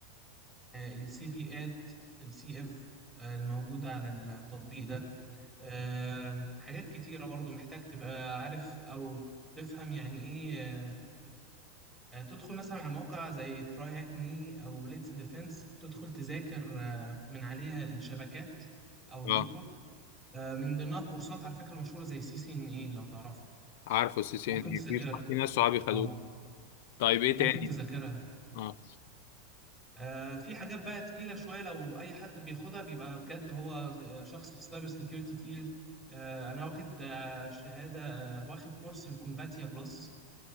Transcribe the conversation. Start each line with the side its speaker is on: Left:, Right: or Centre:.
Centre: السي فيات السي اف الموجودة على التطبيق ده. آم، حاجات كتيرة برضو محتاج تبقى عارف أو تفهم يعني إيه آه، تدخل مثلا على موقع زي تراي هاك مي أو ليتس ديفense تدخل تذاكر آه، من عليها الشبكات أو النتورك
Left: اه
Centre: آه، من ضمنها كورسات على فكرة مشهورة زي سي سي إن إيه لو تعرفها
Left: عارفه السي سي
Centre: ممكن
Left: ان
Centre: تذاكرها
Left: اي في صح- في ناس صحابي خدوه
Centre: أه
Left: طيب ايه
Centre: ممكن
Left: تاني
Centre: تذاكرها
Left: اه
Centre: آه، في حاجات بقى تقيلة شوية لو أي حد بياخدها بيبقى بجد هو آه، شخص في السايبر سيكيورتي تقيل آه، أنا واخد آه، شهادة آه، واخد كورس الكومباتيا بلس